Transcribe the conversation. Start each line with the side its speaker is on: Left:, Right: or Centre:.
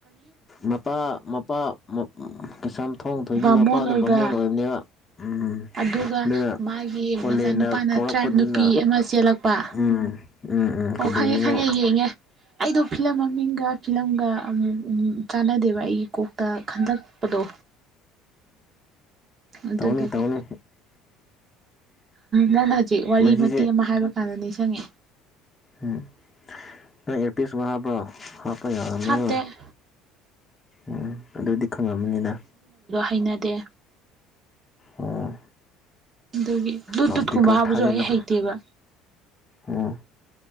Left: ꯃꯄꯥ ꯃꯄꯥ ꯃꯞ ꯀꯁꯝ ꯊꯣꯡ ꯊꯣꯏꯕꯤ
Right: ꯕꯥꯃꯣꯟ
Left: ꯃꯄꯥꯗꯣ
Right: ꯑꯣꯏꯕ
Left: ꯕꯃꯣꯟ ꯑꯣꯏꯕꯅꯦꯕ ꯎꯝ
Right: ꯑꯗꯨꯒ
Left: ꯑꯗꯨꯅ
Right: ꯃꯥꯒꯤ
Left: ꯑꯣꯂꯦꯟꯅ
Right: ꯃꯆꯥꯅꯨꯄꯥꯅ
Left: ꯀꯧꯔꯛꯄꯗꯨꯅ
Right: ꯇ꯭ꯔꯥꯏꯞ ꯅꯨꯄꯤ ꯑꯃ ꯆꯦꯜꯂꯛꯄ
Left: ꯎꯝ ꯎꯝ ꯎꯝ
Right: ꯑꯣ
Left: ꯀꯕꯨꯏꯅꯤꯉꯣ
Right: ꯈꯪꯉꯦ ꯈꯪꯉꯦ ꯌꯦꯡꯉꯦ ꯑꯩꯗꯣ ꯐꯤꯂꯝ ꯃꯃꯤꯡꯒ ꯐꯤꯂꯝꯒ ꯑꯃꯨꯛ ꯆꯥꯟꯅꯗꯦꯕ ꯑꯩꯒꯤ ꯀꯣꯛꯇ ꯈꯟꯗꯛꯄꯗꯣ ꯑꯗꯨꯗꯨꯒꯤ
Left: ꯇꯧꯅꯤ ꯇꯧꯅꯤ
Right: ꯅꯪ ꯍꯧꯖꯤꯛ ꯋꯥꯔꯤ
Left: ꯃꯁꯤꯁꯦ
Right: ꯃꯇꯦꯛ ꯑꯃ ꯍꯥꯏꯕ ꯀꯥꯟꯗ ꯅꯤꯡꯁꯤꯡꯉꯛꯑꯦ
Left: ꯎꯝ ꯅꯪ ꯏꯌꯔꯄꯤꯁꯕꯨ ꯍꯥꯞꯄꯔꯣ ꯍꯥꯞꯄ ꯌꯥꯔꯅꯤꯉꯣ
Right: ꯍꯥꯞꯇꯦ
Left: ꯎꯝ ꯑꯗꯨꯗꯤ ꯈꯪꯉꯝꯃꯅꯤꯅ
Right: ꯑꯩꯅꯗꯦ
Left: ꯑꯣ
Right: ꯗꯨꯒꯤ ꯕ꯭ꯂꯨꯇꯨꯠ
Left: ꯂꯥꯎꯠ ꯏꯁꯄꯤꯀꯔ
Right: ꯀꯨꯝꯕ
Left: ꯊꯥꯖꯤꯜꯂꯣ
Right: ꯍꯥꯞꯄꯁꯨ ꯑꯩ ꯍꯩꯇꯦꯕ
Left: ꯎꯝ